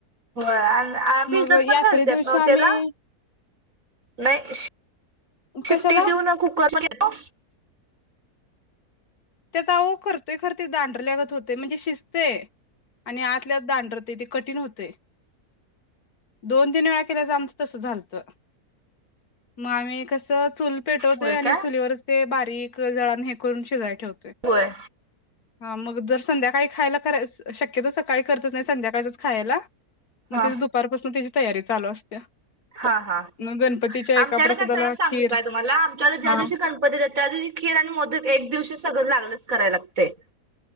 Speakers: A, on the right (about 60°); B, on the left (about 75°).
A: होय आणि आ भिजत
B: मग
A: पण
B: यात्रे
A: घालत्यात
B: दिवशी
A: ना हो
B: आम्ही
A: त्याला नाय शिट्टी
B: कशाला
A: देऊ न कुकर बघितलो
B: त्यात आहो करतोय खरं ते दांडर ल्यागत होतंय म्हणजे शे किस्तय आणि आतल्यात दानडरतय ते कठीण होतय दोन तीन वेळा केल्याच आमचं तसं झालतं म आम्ही कसं त चूल पेटवतोय
A: होय
B: आणि
A: काय
B: चुलीवरच ते बारीक कर जान हे करून शिजवाय ठेव
A: होय
B: मग दर संध्याकाळी खायला करायच शक्यतो सकाळी करतच नाही संध्याकाळचच खायला
A: हा
B: मग तेच दुपारपासन त्याची तयारी चालू असत्या
A: हा
B: मग गणपतीच्या एका
A: आमच्याकडे
B: प्रसादाला
A: कसं आहे सांगू
B: खीर
A: काय तुम्हाला आमच्याकडे ज्या
B: हा
A: दिवशी गणपती त्या दिवशी खीर आणि मोदक एक दिवशी सगळं लागलच कराय लागतय